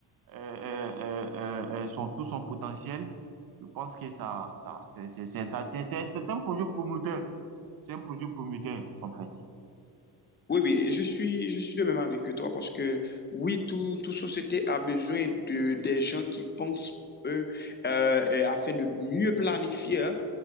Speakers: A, on the right (about 55°); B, on the left (about 25°).
A: euh, euh, euh, euh, euh, son, tout son potentiel, je pense que ça, ça, c'est, c'est, c'est, ça tient- c'est, c'est un projet prometteur. C'est un projet prometteur, en fait.
B: Oui, oui, je suis, je suis de même avis que toi parce que oui, tout, toute société a besoin de des gens qui pensent pour eux euh, et afin de mieux planifier. hein